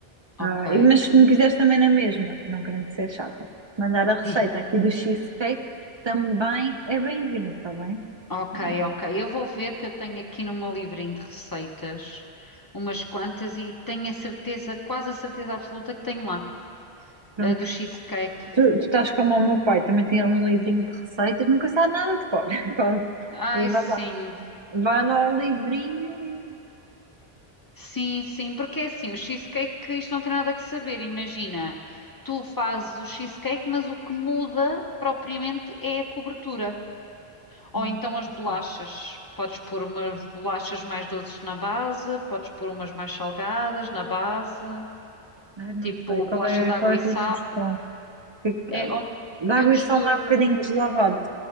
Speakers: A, on the left; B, on the right.
A: ok.
B: Ah, e- mas se me quiseres também na mesma, não querendo ser chata, mandar a receita
A: <laughs>
B: aqui do cheesecake também é bem-vindo, está bem?
A: Ok,
B: Não-
A: ok. Eu vou ver que eu tenho aqui no meu livrinho de receitas umas quantas e tenho a certeza, quase a certeza absoluta que tenho lá,
B: Pronto.
A: a do cheesecake.
B: Tu, tu estás como o meu pai, também tem ele um livrinho de receitas, nunca sabe nada de cor, <laughs> quase.
A: Ai,
B: E vai
A: sim.
B: lá, vai lá ao livrinho e.
A: Sim, sim, porque é assim, o cheesecake, isto não tem nada que saber, imagina. Tu fazes o cheesecake, mas o que muda propriamente é a cobertura. Ou
B: Hum,
A: então as bolachas.
B: ok.
A: Podes pôr umas bolachas mais doces na base, podes pôr umas mais salgadas na base,
B: Ai, não
A: tipo
B: sei, qual
A: bolacha
B: é,
A: de água
B: qual é
A: e
B: a tua
A: sal.
B: sugestão? Que,
A: É, ou-
B: de água
A: eu misturo.
B: e sal não é um bocadinho deslavado.